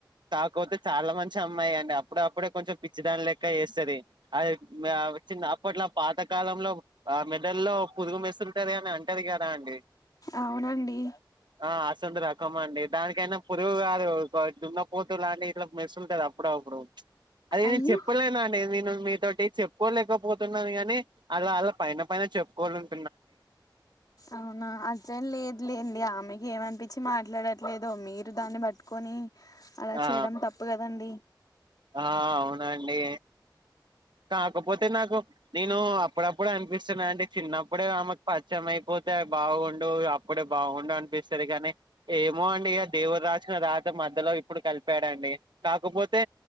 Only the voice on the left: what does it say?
అవునండి
అయ్యో
అవునా అదే లేదు లేండి ఆమెకి ఏమన్ పిచ్చి మాట్లాడట్లేదు మీరు దాన్ని పట్టుకొని అలా
చేయడం తప్పు కదా అండి.